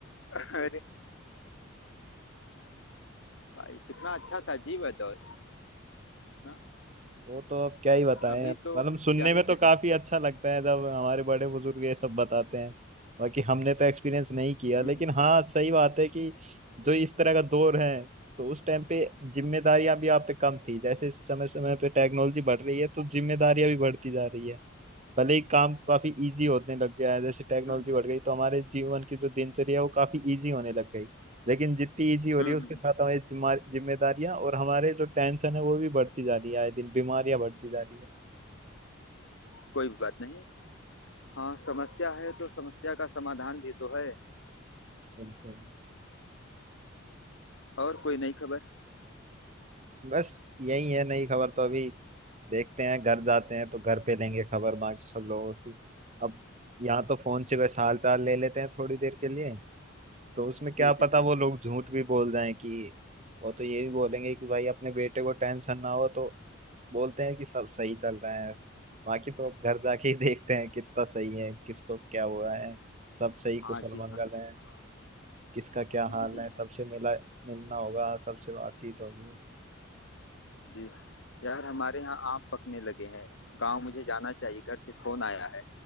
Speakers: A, on the left (about 65°); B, on the right (about 35°).
A: अरे भाई कितना अच्छा था जी वह दौर ना
B: वो तो अब क्या ही बताएं
A: अभी
B: अब
A: तो
B: मतलब सुनने
A: क्या
B: में
A: ही
B: तो
A: कहे
B: काफी अच्छा लगता है जब हमारे बड़े बुजुर्ग ये सब बताते हैं बाकी हमने तो एक्सपीरियंस नहीं किया
A: हम्म
B: लेकिन हाँ सही बात है कि जो इस तरह का दौर है तो उस टाइम पे जिम्मेदारियां भी आप पे कम थी जैसे समय समय पे टेक्नोलॉजी बढ़ रही है तो जिम्मेदारियां भी बढ़ती जा रही है भले ही काम काफी इजी होने लग गया है जैसे टेक्नोलॉजी
A: हम्म
B: बढ़ गई तो हमारे जीवन की जो दिनचर्या है वो काफी इजी होने लग गई लेकिन जितनी इजी हो
A: हम्म
B: रही है उसके
A: हम्म,
B: साथ हमारी जिम्मा- जिम्मेदारियां और हमारे जो टेंशन है वो भी बढ़ती जा रही है आए दिन बीमारियां बढ़ती जा रही है
A: कोई बात नहीं हाँ समस्या है तो समस्या का समाधान भी तो है
B: बिल्कुल
A: और कोई नई खबर
B: बस यही है नई खबर तो अभी देखते हैं घर जाते हैं तो घर पे लेंगे खबर बाकी सब लोगों की अब यहाँ तो फोन से बस हाल चाल ले लेते हैं थोड़ी देर के लिए तो उसमें क्या
A: जी जी
B: पता
A: जी
B: वो लोग झूठ भी बोल जाएं कि वो तो ये भी बोलेंगे कि भाई अपने बेटे को टेंशन ना हो तो बोलते हैं कि सब सही चल रहा है बाकी तो अब घर जाके ही देखते हैं कितना सही है किसको क्या हुआ है सब सही कुशल
A: हाँ जी
B: मंगल
A: हाँ जी
B: है
A: हाँ जी
B: किसका क्या
A: हाँ
B: हाल
A: जी
B: है सबसे
A: हाँ
B: मिला मिलना होगा सबसे बातचीत होगी
A: जी यार हमारे यहाँ आम पकने लगे हैं गांव मुझे जाना चाहिए घर से फोन आया है